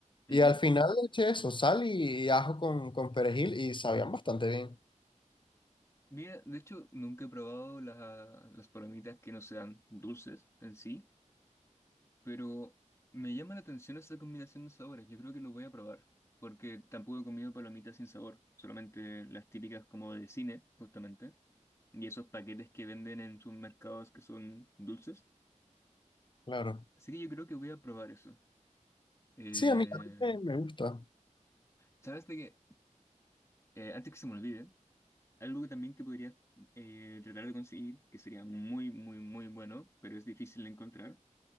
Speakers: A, on the left; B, on the left.
A: Y
B: Ujú.
A: al final le eché eso, sal y, ajo con, con perejil y sabían bastante bien,
B: Mira, de hecho, nunca he probado la- las palomitas que no sean dulces en sí. Pero me llama la atención esa combinación de sabores. Yo creo que lo voy a probar. Porque tampoco he comido palomitas sin sabor. Solamente las típicas como de cine, justamente. Y esos paquetes que venden en sus mercados que son dulces.
A: claro.
B: Así que yo creo que voy a probar eso. Eh,
A: Sí, a mí también me gusta.
B: ¿sabes de qué? Eh, antes que se me olvide, algo que también que podrías eh, tratar de conseguir, que sería muy, muy, muy bueno, pero es difícil de encontrar,